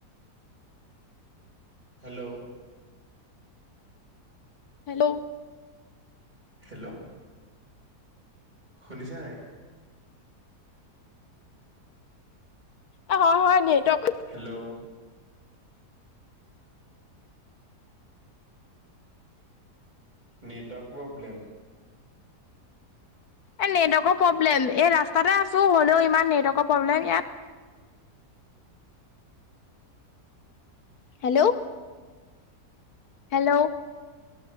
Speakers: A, on the right; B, on the left.
A: হেল্ল'
B: হেল্ল'
A: হেল্ল' শুনিছে নাই?
B: অ হয় হয় নটৱৰ্ক।
A: Hello network problem.
B: এ নেটৱৰ্কৰ প্ৰব্লেম এই ৰাস্তাতে আছো হ'লেও ইমান নেটৱৰ্কৰ প্ৰব্লেম ইয়াত। Hello hello.